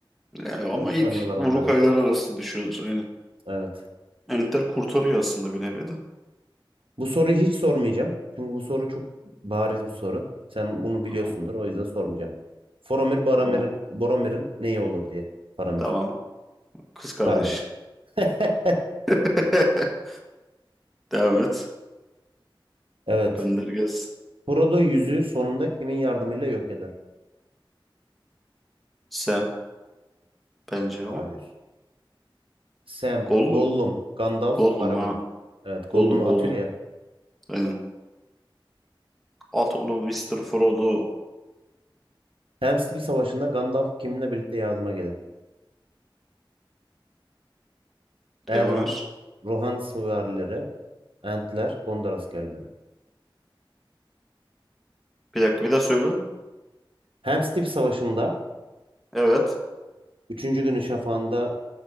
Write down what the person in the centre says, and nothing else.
ya
ama ilk
Urukayların
arasında düşüyorlar. Aynen.
Entler kurtarıyor aslında bir nevi de.
Tamam.
Tamam.
Tamam. Kız kardeş.
<laughs> Devam et.
Gönder gelsin.
Sam bence
ama.
Gollum.
Gollum
ha.
Gollum
Gollum.
Aynen. At onu Mr. Frodo.
E Homer.
Bir dakika bir daha söyle.
Evet.